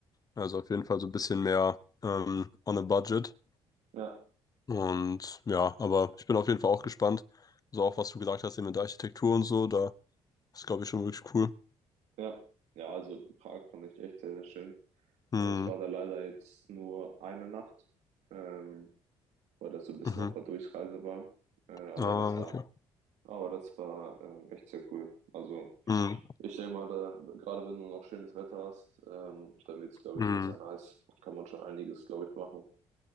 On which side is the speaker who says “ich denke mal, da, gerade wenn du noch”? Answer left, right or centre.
Right